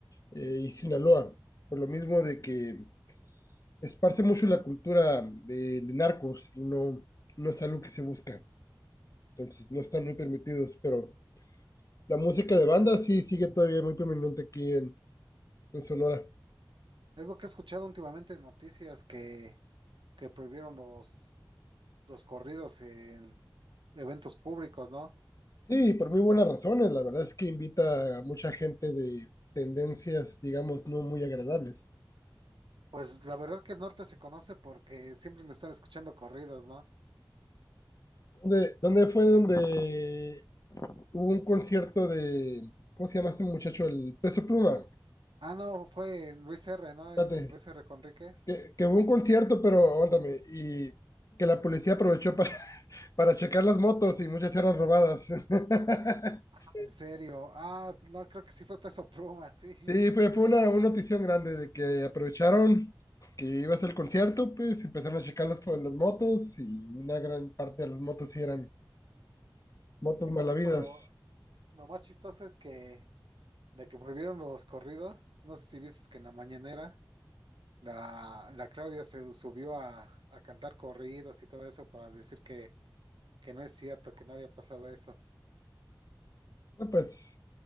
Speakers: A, on the left; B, on the right.
A: eh, y Sinaloa, por lo mismo de que esparce mucho la cultura de, de narcos y no, no es algo que se busca, entonces no están muy permitidos, pero la música de banda sí sigue todavía muy prominente aquí en, en Sonora.
B: Es lo que he escuchado últimamente en noticias que... que prohibieron los, los corridos en eventos públicos, ¿no?
A: Sí, por muy buenas razones, la verdad es que invita a mucha gente de tendencias, digamos, no muy agradables.
B: Pues la verdad que el norte se conoce porque siempre me están escuchando corridos, ¿no?
A: ¿Dónde, dónde fue donde hubo un concierto de, ¿cómo se llama este muchacho? El Peso Pluma.
B: Ah, no, fue en Luis R, ¿no?
A: Espérate,
B: En Luis R. Conríquez.
A: que, que hubo un concierto, pero aguántame, y que la policía aprovechó para, <laughs> para checar las motos y muchas eran robadas. <laughs>
B: Ah, en serio. Ah, no, creo que sí fue Peso Pluma, <laughs> sí.
A: Sí, fue, fue una, una notición grande de que aprovecharon que iba a ser el concierto, pues empezaron a checar las, las motos y una gran parte de las motos sí eran motos
B: Deja
A: malavidas.
B: de eso, lo, lo más chistoso es que de que prohibieron los corridos, no sé si viste que en la mañanera la, la Claudia se subió a, a cantar corridos y todo eso para decir que, que no es cierto, que no había pasado eso.
A: No, pues.